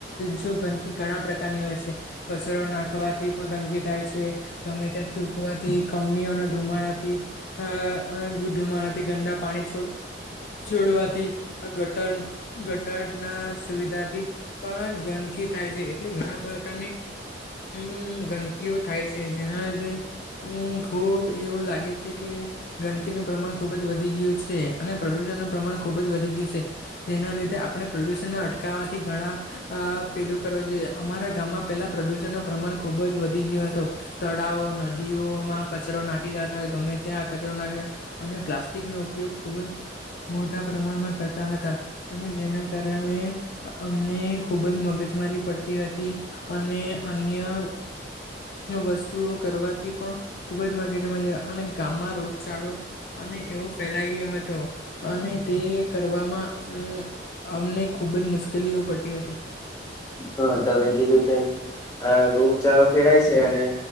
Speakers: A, on the left; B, on the left.
A: જો ગંદકી ઘણા પ્રકારની હોય છે કચરો નાખવાથી પણ ગંદકી થાય છે ગમે ત્યા થૂકવાથી કમનીઓને ધુમાડાથી અ ગુઢુમાણથી ગંદા પાણી છોડ જોડવાથી આ ગટર ગટર ના સુવિધાથી પણ ગંદકી થાય એટલે ઘણા પ્રકારની હમ ગંદકીઓ થાય છે જેના લીધે હમ ખુબ એવું લાગે છે કે ગંદકીનું પ્ર પ્રમા ખુબ જ વધી ગયું છે અને પ્રદૂષણનુંું પ્રમાણ ખુબ જ વધી ગયું છે જેના લીધે આપણે પ્રદૂષણને અટકાવવાથી ઘણા પેલું કરવું જોઈએ, અમારા ગામમાં પહેલાં પ્રદૂષણનું પ્રમાણ ખૂબ જ વધી ગયું હતો. તળાવ નદીઓમાં કચરો નાખી જતા ગમે ત્યાં કચરો નાખ અને પ્લાસ્ટિક નો ઉપયોગ ખૂબ જ મોટા પ્રમાણમાં કરતા હતા, અને જેના કારણે અમને ખુબ જ મગજમાં પતી હતી, અને અન્ય વસ્તુઓ કરવાથી પણ ખુબ જ મગેજમાં અને ગામમાં રોગચાળો અને એવો ફેલાઈ ગયો હતો, અને તે કરવામાં અમને ખૂબ જ મુશ્કેલીઓ પડી હતી.
B: હા તમે કીધું તેમ રોગચાળો ફેરાય છે, અને